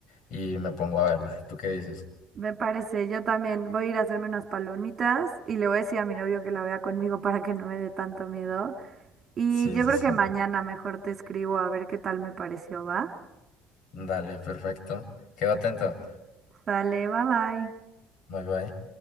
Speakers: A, on the left; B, on the right.
A: y me pongo a verla. ¿Tú qué dices?
B: Me parece, yo también voy a ir a hacerme unas palomitas y le voy a decir a mi novio que la vea conmigo para que no me dé tanto miedo. Y
A: Sí,
B: yo
A: sí,
B: creo
A: sí.
B: que mañana mejor te escribo a ver qué tal me pareció, ¿va?
A: Dale, perfecto. Quedo atento.
B: Sale, bye bye.
A: Bye bye.